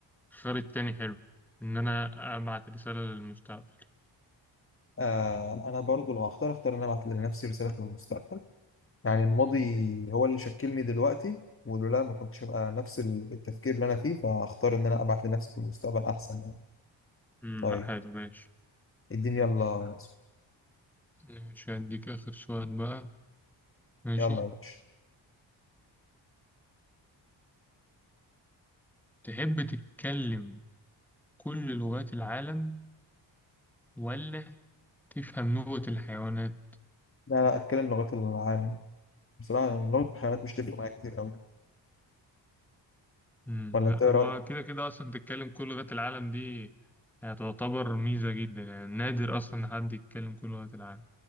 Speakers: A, in the centre; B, on the left (about 25°).
A: الخيار التاني حلو ان انا ابعت رسالة للمستقبل
B: آه انا برضو لو هختار اختار ان انا ابعت لنفسي رسالة من المستقبل يعني الماضي هو اللي شكلني دلوقتي ولولا ما كنتش ابقى نفس ال- التفكير اللي انا فيه فاختار ان انا ابعت لنفسي في المستقبل احسن يعني
A: امم
B: طيب
A: لا حلو ماشي
B: اديني يلا يا سو-
A: ماشي هديك اخر سؤال بقى ماشي
B: يلا يا باشا
A: تحب تتكلم كل لغات العالم ولا تفهم نوبة الحيوانات
B: لا لا اتكلم لغات العالم بصراحة يعني لغة الحيوانات مش تفرق معايا كتير قوي
A: مم.
B: ولا
A: لا
B: انت ايه
A: هو
B: رأيك؟
A: كده كده أصلا تتكلم كل لغات العالم دي يعني تعتبر ميزة جدا يعني نادر أصلا إن حد يتكلم كل لغات العالم